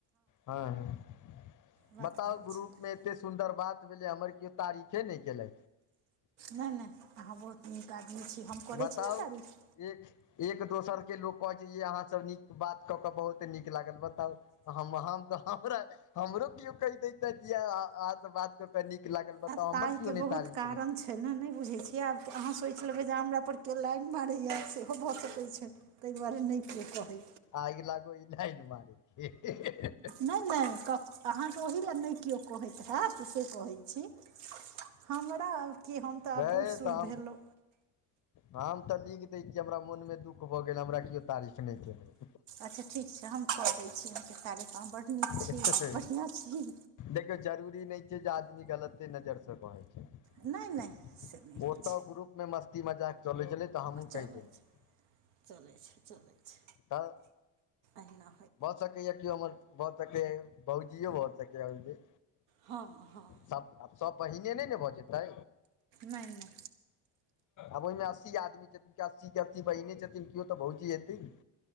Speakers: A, on the left; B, on the right.
A: हँ ह
B: बात
A: बताउ
B: भेल
A: ग्रुपमे।
B: छलै
A: एतेक सुन्दर बात भेलै हमर केओ तारीफे नहि कैले
B: नहि नहि अहाँ बहुत नीक आदमी छी हम करैत
A: बताउ
B: छी ने तारीफ।
A: एक एक दोसरके लोक कहैत छै जे अहाँसभ नीक बात कऽ कऽ बहुत नीक लागल बताउ। हम हम तऽ हमरा हमरो कियो कह देैथेत यैह अ-अ अहां से बात क कै नीक लागल। बताउ
B: आ तै
A: हमर कियो
B: के
A: नहि
B: बहुत
A: तारीफ
B: कारण
A: केलक
B: छै। छै नै ऐना नै बुझय छियै आब अहाँ सोएच लेबै जे हमरा पर कियो लाइन मारै यै सेहो भऽ सकै छै। तै दुआरे नै कियो कहै
A: आएग लागो ई लाएन मारै के।
B: नै-नै कक अहाँके ओही लै नै कियौ कहैत हैत से कहै छी। हमरा की हम तै
A: हे
B: आब बुढ़-सुढ़
A: तऽ हम
B: भेलौ।
A: हम तऽ लिख दै छियै, हमरा मोन मे दुःख भऽ गेल हमरा कियो तारीफ नै केल
B: अच्छा ठीक छै, हम कऽ दै छी अहाँ के तारीफ, अहाँ बड्ड नीक छी,
A: केलै
B: बढ़िया छी।
A: देखियौ जरूरी नै छै जे आदमी गलते नजर से कहै छै। ओ
B: नहि नहि से नहि होइ छै
A: तऽ ग्रुप मे मस्ती मजाक चलै छलै तऽ हमहुँ
B: आ चलै
A: कहि देलियै
B: छै, चलै छै, चलै छै
A: तऽ
B: एहना
A: भऽ सकय यै कियो हमर भऽ सकय भौजियौ भऽ सकय यै ओय मे।
B: हां-हां।
A: सब आब सब बहिने नै न भऽ जेतै
B: नै-नै।
A: आब ओयमे अस्सी आदमी छै त की अस्सी के अस्सी बहिने छथिन कियो तऽ भौजी हेते नै।